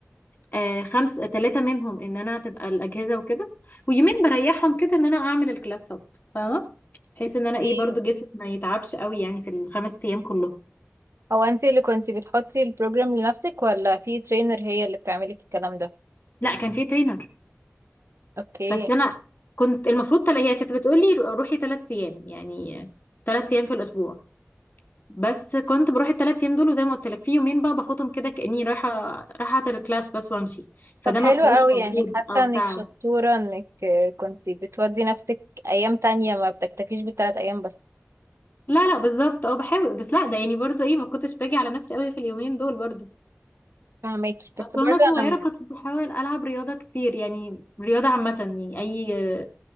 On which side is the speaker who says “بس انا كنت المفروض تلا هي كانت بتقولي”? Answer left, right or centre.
Left